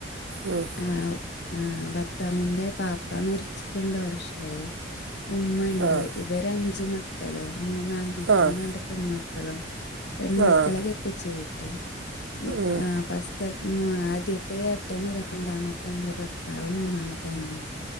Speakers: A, on the right (about 85°); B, on the left (about 60°).
A: ഉം
B: ആഹ് ആഹ് ഭർത്താവിന്റെ ബാപ്പ മരിച്ചിട്ട് രണ്ടു വർഷായി. ഉമ്മയുണ്ട്
A: ആഹ്
B: ഇവര് അഞ്ച് മക്കള് മൂന്ന് ആൺ മക്കളും
A: ആഹ്
B: രണ്ട് പെൺമക്കളും. പെൺമക്കളെ
A: ആഹ്
B: കെട്ടിച്ചു വിട്ട് മു
A: ഉം
B: ആഹ് ഫസ്റ്റ്. ഉം ആദ്യത്തെ ഏട്ടന് രണ്ടാമത്തെ എന്റെ ഭർത്താവ് മൂന്നാമത്തെ അനിയൻ.